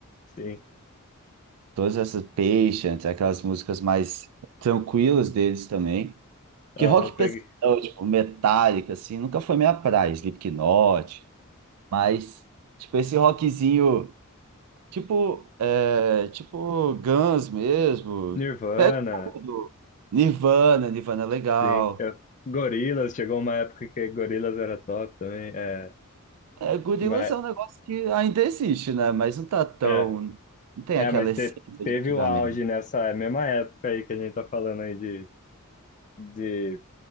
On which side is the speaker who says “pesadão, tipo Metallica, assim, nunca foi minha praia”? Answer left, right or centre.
Right